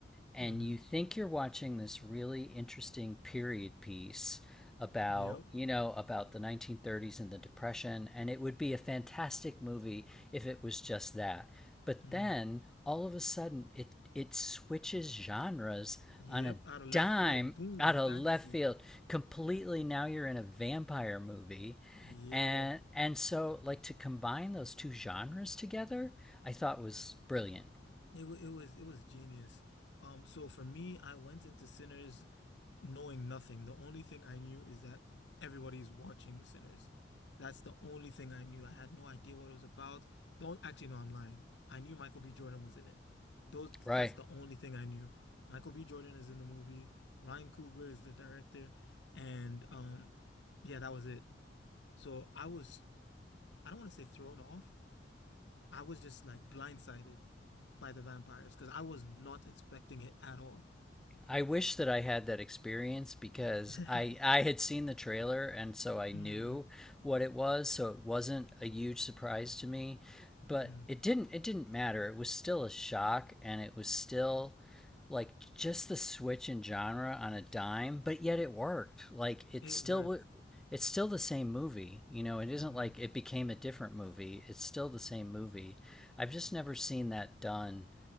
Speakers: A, in the centre; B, on the left.
A: and
B: Mm-hmm.
A: you think you're watching this really interesting period piece about
B: Yep.
A: you know about the 1930s and the depression and it would be a fantastic movie if it was just that but
B: Mm.
A: then all of a sudden it it switches genres
B: Yep.
A: on a
B: Out of left
A: dime
B: field. Boom.
A: out
B: Fantasy.
A: of left field completely now you're in a vampire movie
B: Yeah.
A: and and so like to combine those two genres together i thought was brilliant
B: It, wa- it was it was genius. Um, so for me, I went into Sinners knowing nothing. The only thing I knew is that everybody's watching Sinners. That's the only thing I knew. I had no idea what it was about. Don't actually, no, I'm lying. I knew Michael B. Jordan was in it. Those
A: Right.
B: that's the only thing I knew. Michael B. Jordan is in the movie. Ryan Coogler is the director, and um, yeah, that was it. So I was, I don't want to say thrown off. I was just like blindsided by the vampires because I was not expecting it at all.
A: I wish that I had that experience because
B: <laughs>
A: I I had seen the trailer and so I knew
B: Mm,
A: what it was, so it wasn't a huge surprise to me, but
B: mm.
A: it didn't it didn't matter. It was still a shock and it was still like just the switch in genre on a dime, but yet it worked. Like it's
B: It
A: still
B: worked.
A: it's still the same movie, you know, it isn't
B: Mm,
A: like it became a different movie. It's still the same movie. I've just never seen that done